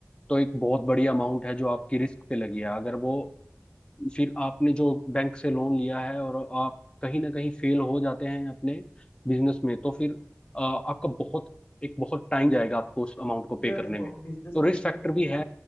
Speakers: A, on the left; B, on the left.
A: तो एक बहुत बड़ी अमाउंट है जो आपकी रिस्क पे लगी है अगर वो फिर आपने जो बैंक से लोन लिया है और आप कहीं ना कहीं फेल हो जाते हैं अपने बिजनेस में तो फिर अ, आपका बहुत एक बहुत टाइम जाएगा आपको उस अमाउंट को पे
B: यार
A: करने
B: देखो
A: में तो
B: बिजनेस में
A: रिस्क
B: फेल
A: फैक्टर
B: होंगे
A: भी